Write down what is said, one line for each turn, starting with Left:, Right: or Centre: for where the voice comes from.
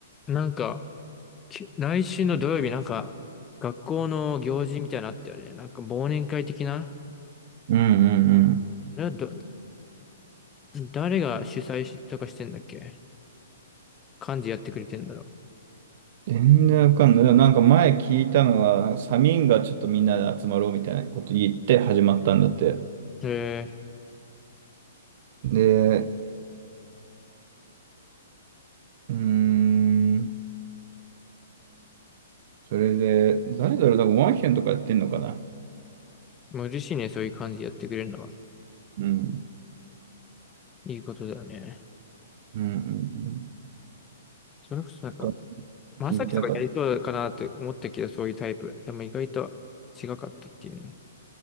Left: なんか、き来週の土曜日、なんか、学校の行事みたいなのあったよね。なんか、忘年会的な。
Right: うんうんうん
Left: あれはど、誰が主催しとかしてんだっけ幹事やってくれてんだろ
Right: 全然わかんない。でもなんか前聞いたのは、サミンがちょっとみんなで集まろうみたいなこと言って始まったんだって。
Left: う。え
Right: で、うーん、それで、誰だろう、なんかワンヒェンとかやってんのかな。
Left: ー、もう嬉しいね、そういう幹事やってくれるのは。
Right: うん。
Left: いいことだよね。
Right: うんうんうん。
Left: それこそなんか、
Right: そこは
Left: まさきとかやりそうかなと思ったけど、
Right: 聞いてなかった。
Left: そういうタイプ。でも意外と違かったっていうね。